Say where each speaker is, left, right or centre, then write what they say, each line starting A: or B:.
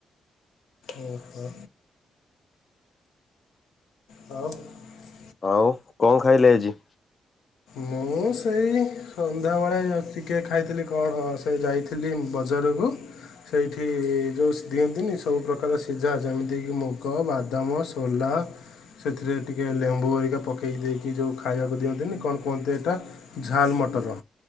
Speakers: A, on the left (about 85°); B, on the left (about 45°).
A: ଓ ହୋ। ହଉ <unintelligible>
B: ଆଉ କଣ ଖାଇଲେ ଆଜି?
A: ମୁଁ ସେଇ ସନ୍ଧ୍ୟାବେଳେ ଅା <unintelligible> ଉଛି ଟିକେ ଖାଇଥିଲି କଣ ସେ ଯାଇଥିଲି ବଜାରକୁ ସେଇଠି ଯଉ ଦିଅନ୍ତିନି ସବୁ ପ୍ରକାର ସିଝା ଯେମିତି କିି ମୁଗ, ବାଦାମ, ସୋଲା ସେଥିରେ ଟିକେ ଲେମ୍ବୁ ଘରିକା ପକେଇ ଦେଇକି ଯୋଉ ଖାଇବାକୁ ଦିଅନ୍ତିନି କଣ କୁହନ୍ତି ଏଟା ଝାଲ ମଟର